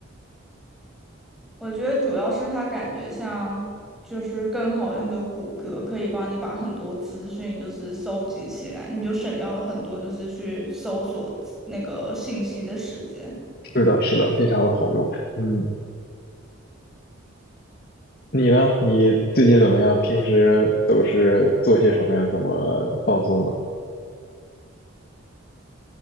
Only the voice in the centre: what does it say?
我觉得主要是它感觉像就是更好用的谷歌，可以帮你把很多资讯就是搜集起来，你就省掉了很多就是去搜索资那个信息的时间。